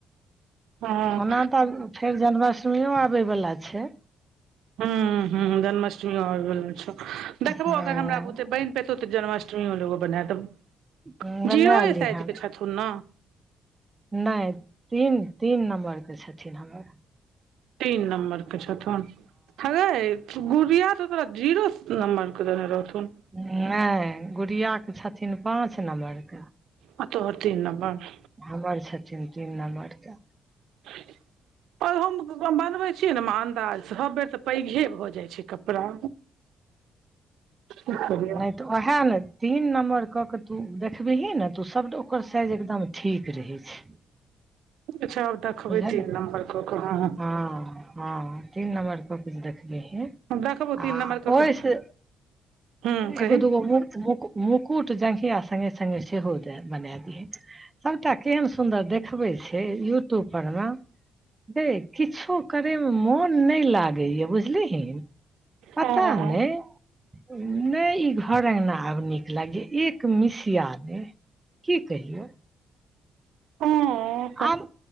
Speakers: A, on the right (about 85°); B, on the right (about 20°).
A: हँ
B: ओना तऽ फेर जन्माष्टमी सेहो आबय बला छै।
A: हु हु, जन्माष्टमी आबय बला छौ, देखबौ
B: हँ
A: अगर हमरा बुते बनि पेतौ। हेतौ तऽ जन्माष्टमी मे लोगो बना देबौ
B: बनायली
A: जीरोए साइज
B: हम
A: के छथुन न।
B: नहि, तीन तीन नम्बरके छथिन हमर।
A: तीन नम्बरके छथुन। हँ गे गुड़िया, तऽ तोरा जीरो नम्बरके दे रहौथिन।
B: नहि, गुड़ियाके छथिन पाँच नम्बरके।
A: आ तोहर तीन नम्बर
B: हमर छथिन तीन नम्बरके।
A: <inaudible> आओर हम बनबै छियै ने, अन्दाज सभ बेर तऽ पैघे भऽ जाइ छै कपड़ा। की कहै छौ?
B: नहि तऽ ओहिए ने तीन नम्बरके कऽ के तू देखबिही ने। तऽ ओ सभके साइज एकदम ठीक रहै छै।
A: अच्छा, आब देखबै
B: बुझलही
A: तीन नम्बर। कऽ कऽ हँ
B: हँ हँ तीन नम्बर कऽ के देखबे हेय।
A: देखबौ तीन
B: आ
A: नम्बर कऽ
B: ओइसँ
A: कऽ हूं कही
B: एगो दूगो मुक मुक। मुकुट जघिया संगहि संगहि से हो जा बनि दै छै। एकटा केहन सुन्दर देखबै छै यूट्यूबपर मे। गए किछु करैमे मोन नहि लागैए, बुझलिहिन। पता
A: हँ
B: नहि। नहि, ई घर अँगना आब नीक लागैए, एक मिसिया नहि। की कहियौ।
A: हँ हँ।
B: आम